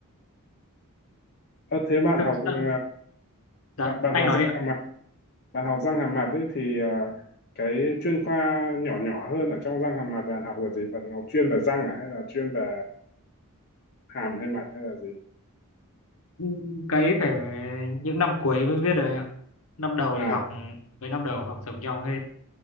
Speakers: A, on the left; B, on the left.
A: Ờ, thế bạn
B: thực
A: học à,
B: ra dạ
A: bạn bạn
B: anh
A: học
B: nói
A: răng
B: đi ạ
A: hàm mặt, bạn học răng hàm mặt ấy thì à, cái chuyên khoa nhỏ nhỏ hơn ở trong răng hàm mặt bạn học là gì? Bạn học chuyên về răng à hay là chuyên về hàm hay mặt hay là gì?
B: Ừ, cái phải những năm cuối mới viết rồi anh ạ năm đầu
A: À,
B: thì học mấy năm đầu học giống nhau hết